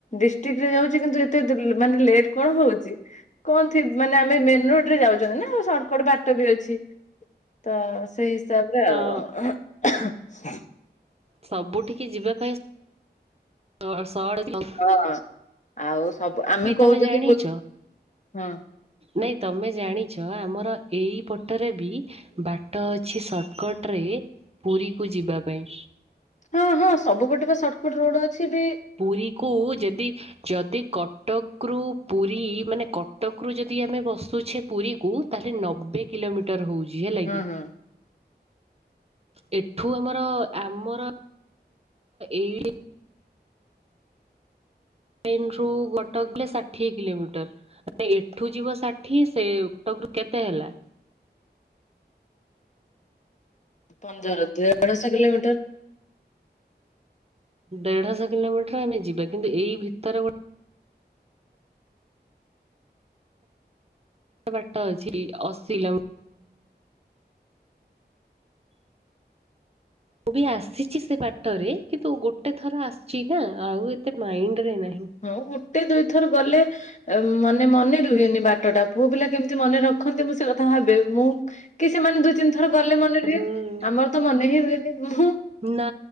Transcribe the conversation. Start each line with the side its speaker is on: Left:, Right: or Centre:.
Left: ଡିଷ୍ଟ୍ରିକିରେ ଯାଉଚି କିନ୍ତୁ ଏତେ ଦୁ ମାନେ ଲେଟ୍ କଣ ହଉଚି। କଣ ଥି ମାନେ ଆମେ ମେନ୍ ରୋଡ଼ରେ ଯାଉଚନ୍ତିନା ସଟକଟ୍ ବାଟ ବି ଅଛି। ତ ସେଇ ହିସାବରେ
Right: ହଁ
Left: ଆଉ।
Right: ସବୁଠିକି ଯିବା ପାଇଁ ସହ
Left: ହଁ ଆଉ ସବୁ ଆମେ କହୁଚନ୍ତି
Right: ତମେ ଜାଣିଛ
Left: ବୁ ହଁ
Right: ନାଇଁ ତମେ ଜାଣିଛ ଆମର ଏଇପଟରେ ବି ବାଟ ଅଛି ସର୍ଟକଟରେ ପୁରୀକୁ ଯିବା ପାଇଁ।
Left: ହଁ ହଁ ସବୁ ପଟେବା ସର୍ଟକଟ୍ ରୋଡ଼ ଅଛିବି
Right: ପୁରୀକୁ ଯେଦି ଯଦି କଟକରୁ ପୁରୀ ମାନେ କଟକରୁ ଯଦି ଆମେ ବସୁଛେ ପୁରୀକୁ ତାହଲେ ନବେ କିଲୋମିଟର ହଉଚି ହେଲାକି।
Left: ହଁ ହଁ
Right: ଏଠୁ ଆମର ଆମର ଏଇ ଟ୍ରେନ୍ ରୁ କଟକ ଗଲେ ଷାଠିଏ କିଲୋମିଟର। ଏଠୁ ଯିବ ଷାଠିଏ ସେ କଟକରୁ କେତେ ହେଲା?
Left: ପନ୍ଦର ଦେଢଶହ କିଲୋମିଟର
Right: ଦେଢଶ କିଲୋମିଟର ଆମେ ଯିବା କିନ୍ତୁ ଏଇ ଭିତରେ ଗୋ ବାଟ ଅଛି ଅଶିଲମ ମୁଁ ବି ଆସିଚି ସେ ବାଟରେ କିନ୍ତୁ ଗୋଟେଥର ଆସିଚିନା ଆଉ ଏତେ ମାଇଣ୍ଡିରେ ନାହିଁ।
Left: ହଁ ଗୋଟେ ଦୁଇଥର ଗଲେ ମାନେ ମନେ ରୁହେନି ବାଟ ଟା ପୁଅ ପିଲା କେମତି ମନେ ରଖନ୍ତି ମୁଁ ସେଇକଥା ଭାବେ ମୁଁ କି ସେମାନେ ଦୁଇ ତିନିଥର ଗଲେ ମନେ ରୁହେ
Right: ହୁଁ
Left: ଆମରତ ମନେ ହିଁ ରୁହେନି ମୁଁ
Right: ନା